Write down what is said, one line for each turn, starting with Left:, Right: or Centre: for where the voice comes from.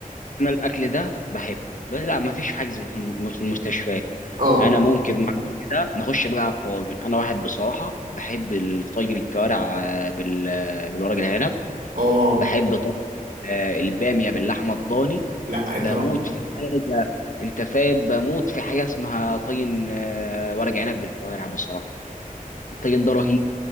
Left: انا الاكل ده بحبه بس لا ما فيش حجز في الم- في المستشفيات
Right: اه
Left: انا ممكن مع الاكل ده نخش بقى على الطواجن انا واحد بصراحه بحب الطاجن الكوارع آه، بال- آه، بالورق العنب
Right: اه
Left: بحب طاجن آه، الباميه باللحمه الضاني
Right: لا
Left: بموت
Right: اضرب
Left: في حاجه انت فاهم بموت في حاجه اسمها طاجن آه، ورق عنب بالكوارع بصراحه الطاجن ده رهيب